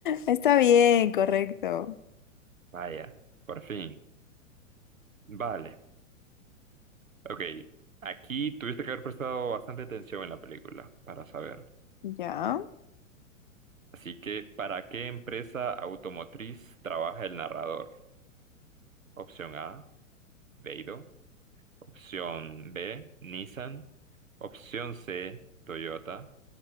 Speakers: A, on the left; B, on the right.
A: Está bien, correcto.
B: Vaya, por fin. Vale. Ok. Aquí tuviste que haber prestado bastante atención en la película para saber.
A: Ya.
B: Así que, ¿para qué empresa automotriz trabaja el narrador? Opción A, Beidou. Opción B, Nissan. Opción C, Toyota.